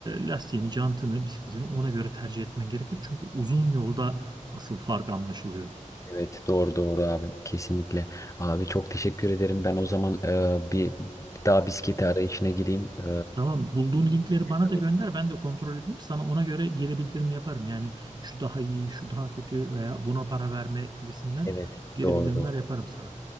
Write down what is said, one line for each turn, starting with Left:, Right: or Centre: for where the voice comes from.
Right: lastiğini, jantını, bisikletini ona göre tercih etmen gerekir. Çünkü uzun yolda asıl fark anlaşılıyor.
Left: Evet doğru doğru abi kesinlikle. Abi çok teşekkür ederim. Ben o zaman e, bir daha bisiklete arayışına gireyim. E,
Right: Tamam, bulduğun linkleri
Left: bir
Right: bana da gönder, ben de kontrol edeyim. Sana ona göre geri bildirim yaparım. Yani şu daha iyi, şu daha kötü veya buna para verme gibisinden
Left: Evet.
Right: geri
Left: Doğru
Right: bildirimler
Left: doğru.
Right: yaparım sana.